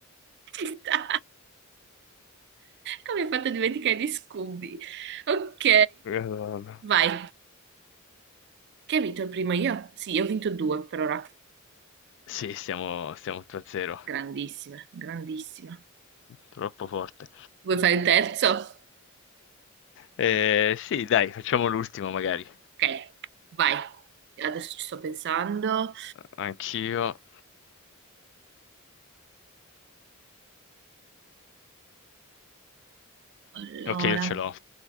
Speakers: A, on the right; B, on the left.
A: Ci sta. Come hai fatto a dimenticare di Scooby? Ok,
B: Madonna.
A: vai. Che ha vinto il primo io? Sì, io ho vinto due per ora.
B: Sì, stiamo, stiamo 8-0.
A: Grandissima, grandissima.
B: Troppo forte.
A: Vuoi fare il terzo?
B: Eh, sì, dai, facciamo l'ultimo magari.
A: Ok, vai. Adesso ci sto pensando.
B: Anch'io.
A: Allora,
B: Ok, io ce l'ho.